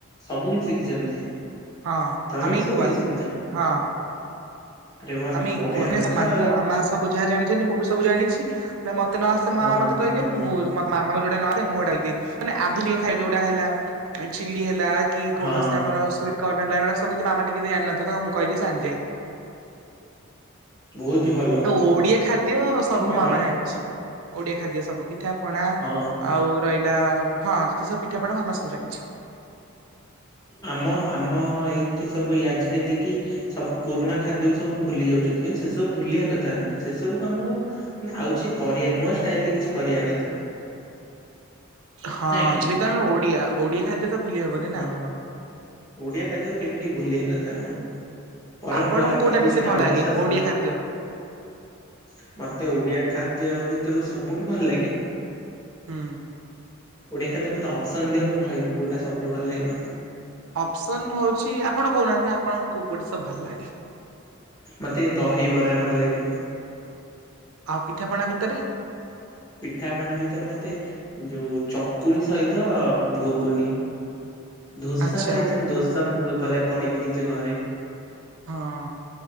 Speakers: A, on the left; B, on the right.
A: ସବୁ କିଛି ଶିଖିଛନ୍ତି
B: ହଁ
A: ତମେ
B: ଆମେ
A: ବି
B: ଇକ୍ଵାଲ୍
A: ସବୁ କିଛି ଶିଖିଛ?
B: ହଁ।
A: ଆରେ ବା
B: ଆମେ ଇକ୍ଵାଲ୍
A: ବଢିଆ କଥା
B: ସମାନ
A: ଆଉ
B: ମୋ ମାମା ସବୁ ଯାହା ଜାଣିଛନ୍ତି ମୁଁ ବି ସବୁ ଜାଣିଛି। ମତେ ନ ଆସେ ମାମା
A: ହଁ
B: ମତେ କହିଦିଅନ୍ତି
A: ହଁ
B: ମୁଁ ମତେ ମାମା କୁ ଯୋଉଟା ନ ଆସେ ମୁଁ ତାକୁ କହିଦିଏ ମାନେ ଆଧୁନିକ ଖାଇବା ଯୋଉଟା ହେଲା ଚିଲ୍ଲୀ ହେଲା। କି
A: ହଁ
B: କୌଣସି ଆମର ସୁଇଟ କର୍ଣ୍ଣ ହେଲା ଏଗୁଡାକ ସବୁ ମାମା ଟିକେ ଜାଣିନଥିବ ମୁଁ ତାକୁ କହିଦିଏ ସେ ଜାଣେ।
A: ବୋହୁତ ଭଲ। କଥା
B: ଆଉ ଓଡିଆ ଖାଦ୍ୟ ସବୁ
A: ଆମ
B: ମୋ ମାମା
A: ଘରେ
B: ଜାଣିଛି।
A: ତ
B: ଓଡିଆ ଖାଦ୍ୟ ସବୁ ପିଠା ପଣା
A: ହଁ
B: ଆଉ ର ହିଲା ହଁ ଯଦି ସବୁ ପିଠାପଣାା ମାମା ସବୁ ଜାଣିଛି।
A: ଆମ ଆମ ଏଇଥି ସବୁଇ ଆଜିକାଲ କି। ସବୁ ପୁରୁଣା ଖାଦ୍ୟକୁ ସବୁ ଭୁଲି ଯାଉଚନ୍ତି କିନ୍ତୁ ସେ ସବୁ ଭୁଲିବା କଥା ନୁହଁ, ସେ ସବୁ କାମୁକୁ ଆଉ ଛି କରିବା ନୂଆ ଷ୍ଟାଇଲରେ କିଛି କରିବା କଥା -
B: ହଁ
A: କି
B: ଯେହେତୁ ଆମେ ଓଡ଼ିଆ, ଓଡିଆ ଖାଦ୍ୟ ତ ଭୁଲି ହବନି
A: ହଁ
B: ନା
A: ଓଡିଆ ଖାଦ୍ୟକୁ କେବେ କେହି ଭୁଲିବା କଥା ନୁହଁ - ପରମ୍ପରା,
B: ଆପଣଙ୍କୁ କୋଉଟା
A: ପତିଷ୍ଠା,
B: ବେଶୀ ଭଲ ଲାଗେ
A: ଅନୁଶାସନ
B: ଓଡିଆ ଖାଦ୍ୟ
A: - ମତେ ଓଡିଆ ଖାଦ୍ୟ ଭିତୁରୁ ସବୁଠୁ ଭଲ ଲାଗେ -
B: ହୁଁ
A: ଓଡିଆ ଖାଦ୍ୟ ମତେ ଅପସନ୍ ଦିଅ ମୁଁ କହିବି କୋଉଟା ସବୁଠୁ ଭଲ ଲାଗେ ମତେ।
B: ଅପସନ ହଉଛି ଆପଣ କହୁନାହାନ୍ତି ଆପଣ କୋଉ କୋଉଟା ସବୁ ଭଲ ଲାଗେ।
A: ମତେ ଦହି ବରା ଭଲ ଲାଗେ -
B: ଆଉ ପିଠାପଣା ଭିତରେ?
A: ପିଠାପଣା ଭିତରେ ମତେ ଯୋଉ ଚକୁଳି ସହିତ ଘୁୁଘୁନି - ଦୋସା
B: ଆଚ୍ଛା
A: ଖାଇଛନ୍ତି, ଦୋସା ମତେ ବହୁତ ଭଲ ଲାଗେ କରିିକି ନିଜେ ଘରେ -
B: ହଁ